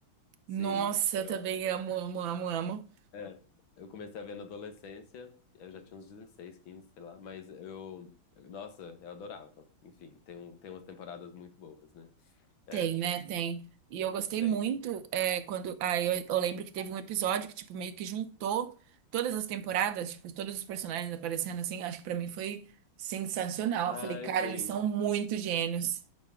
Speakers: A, on the right; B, on the left.
A: Nossa,
B: sim, eu,
A: eu também amo, amo, amo, amo.
B: é, eu comecei a ver na adolescência, eu já tinha uns 16, 15, sei lá, mas eu, nossa, eu adorava. Enfim, tem, um, tem umas temporadas muito boas, né? É,
A: Tem, né? Tem. E eu gostei
B: tem.
A: muito é, quando. Aí eu, eu lembro que teve um episódio que, tipo, meio que juntou todas as temporadas, tipo, todos os personagens aparecendo assim. Acho que pra mim foi sensacional.
B: Ai,
A: Eu Falei, cara,
B: sim,
A: eles são muito gênios.